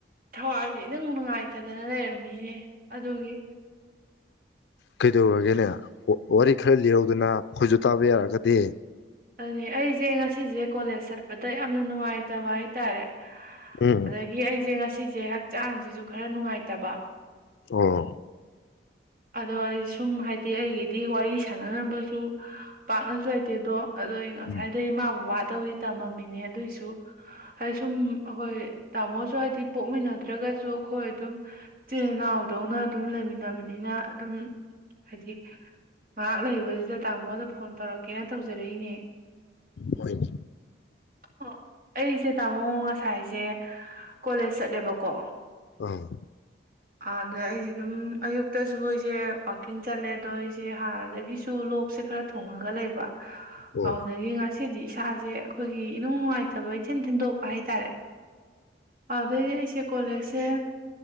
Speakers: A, on the right (about 50°); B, on the left (about 80°).
A: ꯊꯋꯥꯏꯖꯦ ꯏꯅꯨꯡ ꯅꯨꯡꯉꯥꯏꯇꯗꯅ ꯂꯩꯔꯝꯃꯤꯅꯤ ꯅꯦ ꯑꯗꯨꯒꯤ
B: ꯀꯩꯗꯧꯔꯒꯦꯅꯦ ꯋꯥꯔꯤ ꯈꯔ ꯂꯤꯔꯧꯗꯅ ꯑꯈꯣꯏꯖꯨ ꯇꯥꯕ ꯌꯥꯔꯒꯗꯤ
A: <unintelligible> ꯑꯩꯖꯦ ꯉꯁꯤꯖꯦ ꯀꯣꯂꯦꯖ ꯆꯠ ꯄꯗ ꯌꯥꯝꯅ ꯅꯨꯡꯉꯥꯏꯇꯕ ꯍꯥꯏꯇꯥꯔꯦ
B: ꯎꯝ
A: ꯑꯗꯒꯤ ꯑꯩꯖꯦ ꯉꯁꯤꯖꯦ ꯆꯥꯡꯖꯤꯖꯨ ꯈꯔ ꯅꯨꯡꯉꯥꯏꯇꯕ
B: ꯑꯣ
A: ꯑꯗꯣ ꯑꯩ ꯁꯨꯝ ꯍꯥꯏꯗꯤ ꯑꯩꯒꯤꯗꯤ ꯋꯥꯔꯤ ꯁꯥꯟꯅꯅꯕꯖꯨ ꯄꯥꯛꯅꯖꯨ ꯂꯩꯇꯦꯗꯣ ꯑꯗꯣ ꯑꯩ ꯉꯁꯥꯏꯗꯩ
B: ꯎꯝ
A: ꯏꯃꯥ ꯕꯕꯥꯠ ꯇꯧꯗꯤ ꯇꯝꯃꯝꯃꯤꯅꯦ ꯑꯗꯨꯏꯁꯨ ꯍꯥꯏꯗꯤ ꯁꯨꯝ ꯑꯈꯣꯏ ꯇꯥꯝꯃꯣꯁꯨ ꯍꯥꯏꯗꯤ ꯄꯣꯛꯃꯤꯟꯅꯗ꯭ꯔꯒꯖꯨ ꯑꯈꯣꯏ ꯑꯗꯨꯝ ꯆꯤꯟ ꯏꯅꯥꯎꯗꯧꯅ ꯑꯗꯨꯝ ꯂꯩꯃꯤꯟꯅꯕꯅꯤꯅ ꯑꯗꯨꯝ ꯍꯥꯏꯗꯤ ꯉꯥꯍꯥꯛ ꯂꯩꯕꯖꯤꯗ ꯇꯥꯃꯣꯗ ꯐꯣꯟ ꯇꯧꯔꯛꯀꯦꯅ ꯇꯧꯖꯔꯛꯏꯅꯦ
B: ꯍꯣꯏꯅꯦ
A: ꯑꯣ ꯑꯩꯁꯦ ꯇꯥꯃꯣ ꯉꯁꯥꯏ ꯁꯥꯏꯖꯦ ꯀꯣꯂꯦꯖ ꯆꯠꯂꯦꯕꯀꯣ
B: ꯑꯥ
A: ꯑꯥꯗ ꯑꯩꯖꯦ ꯑꯗꯨꯝ ꯑꯌꯨꯛꯇꯖꯨ ꯖꯦ ꯋꯥꯛꯀꯤꯡ ꯆꯠꯂꯦ ꯑꯗꯣ ꯑꯩꯖꯦ ꯍꯥꯟꯅꯗꯒꯤꯁꯨ ꯂꯣꯛꯁꯦ ꯈꯔ ꯊꯨꯡꯉꯒ ꯂꯩꯕ
B: ꯑꯣ
A: ꯑꯗꯨꯗꯒꯤ ꯉꯁꯤꯗꯤ ꯏꯁꯥꯖꯦ ꯑꯈꯣꯏꯒꯤ ꯏꯅꯨꯡ ꯅꯨꯡꯉꯥꯏꯇꯕ ꯏꯊꯤꯟ ꯊꯤꯟꯗꯣꯛꯄ ꯍꯥꯏꯇꯥꯔꯦ ꯑꯗꯨꯗꯩꯗꯤ ꯑꯩꯁꯦ ꯀꯣꯂꯦꯖ ꯊꯦꯝ